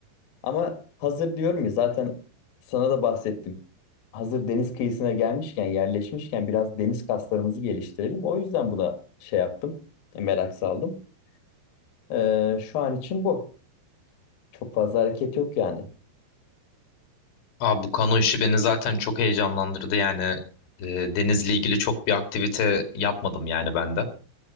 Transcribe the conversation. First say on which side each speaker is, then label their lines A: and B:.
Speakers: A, on the left; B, on the left.
A: Ama hazır diyorum ya zaten sana da bahsettim. Hazır deniz kıyısına gelmişken, yerleşmişken biraz deniz kaslarımızı geliştirelim. O yüzden buna şey yaptım, merak saldım. Ee, şu an için bu. Çok fazla hareket yok yani.
B: Abi bu kano işi beni zaten çok heyecanlandırdı yani e, denizle ilgili çok bir aktivite yapmadım yani ben de.